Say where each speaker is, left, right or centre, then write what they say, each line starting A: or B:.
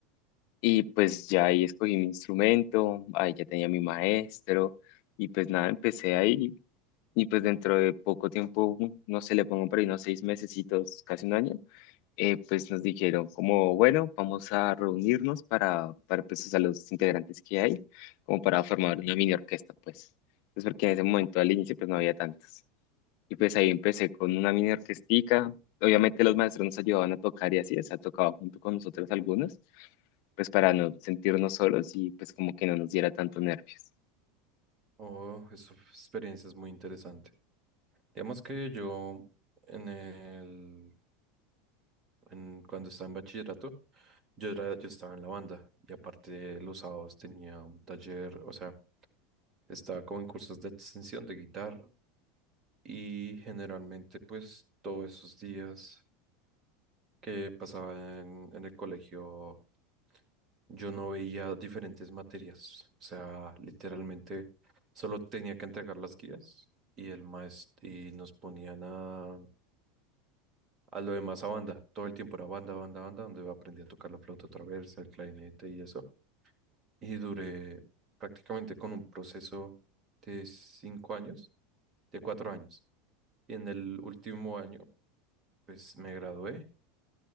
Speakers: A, on the left; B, on the right.
A: Y pues ya ahí escogí mi instrumento, ahí ya tenía mi maestro y pues nada, empecé ahí. Y pues dentro de poco tiempo, no sé, le pongo por ahí unos seis mesecitos, casi un año, eh, pues nos dijeron como, bueno, vamos a reunirnos para, para pues, a los integrantes que hay, como para formar una mini orquesta, pues. Pues porque en ese momento al inicio pues no había tantas. Y pues ahí empecé con una mini orquestica. Obviamente los maestros nos ayudaban a tocar y así, o sea, tocaban junto con nosotros algunos, pues para no sentirnos solos y pues como que no nos diera tanto nervios.
B: Oh, esa experiencia es muy interesante. Digamos que yo en el, en, cuando estaba en bachillerato, yo era, yo estaba en la banda y aparte los sábados tenía un taller, o sea, estaba como en cursos de extensión de guitarra y generalmente pues todos esos días que pasaba en, en el colegio, yo no veía diferentes materias. O sea, literalmente solo tenía que entregar las guías y el maestro y nos ponían a, a lo demás a banda. Todo el tiempo era banda, banda, banda, donde aprendí a tocar la flauta traversa, el clarinete y eso. Y duré prácticamente con un proceso de cinco años, de cuatro años. Y en el último año, pues me gradué